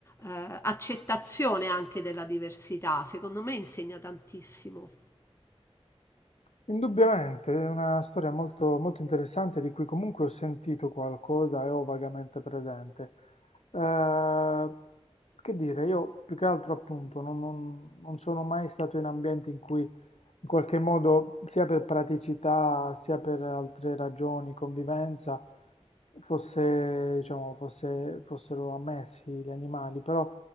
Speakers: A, on the left; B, on the left.
A: eh, accettazione anche della diversità. Secondo me insegna tantissimo.
B: Indubbiamente, è una storia molto, molto interessante di cui comunque ho sentito qualcosa e ho vagamente presente. Eh, che dire, io più che altro appunto non, non- non sono mai stato in ambienti in cui in qualche modo, sia per praticità, sia per altre ragioni, convivenza, fosse, diciamo, fosse- fossero ammessi gli animali, però